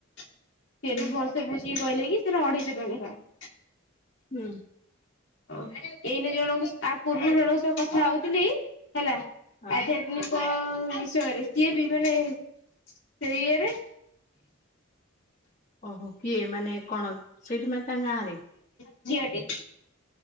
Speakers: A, on the left; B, on the left.
A: ସେ
B: ହୁଁ
A: ବି ଭଲସେ ବୁଝ କି କହିଲେ ସେ ଅଢେଇ କ ହ
B: ହୁଁ।
A: ଓ ଏଇନ ଜଣଙ୍କୁ ଆ ପୂରୁବ ଜଣଙ୍କ ସହ କଥା ହଉଥିଲି। ହେଲା
B: ହଁ
A: ଆଧ୍ୟାତ୍ମିକ ବିଷୟରେ ସିଏ ବି ମାନେ ସେ ଇଏରେ
B: ଓହୋ କିଏ ମାନେ କଣ ସେଇଠି ମ ତାଙ୍କ ଗାଁ ରେ
A: ଯଝିଅଟି